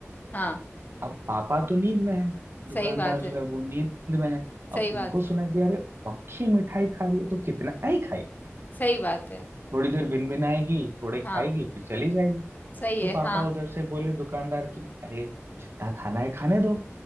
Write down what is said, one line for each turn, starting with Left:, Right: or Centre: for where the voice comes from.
Left: हाँ
Right: अब पापा तो नींद में है दुकानदार
Left: सही बात
Right: जो
Left: है
Right: है वो नींद में है
Left: सही
Right: अब
Left: बात
Right: उनको सुनाई
Left: है
Right: दिया अरे मक्खी मिठाई खा रही है तो कितना ही खाई
Left: सही बात है
Right: थोड़ी देर भिनभिनाएगी थोड़े
Left: हाँ
Right: खाएगी फिर चली जाएगी
Left: सही
Right: तो
Left: है
Right: पापा
Left: हाँ
Right: उधर से बोले दुकानदार की अरे जितना खाना है खाने दो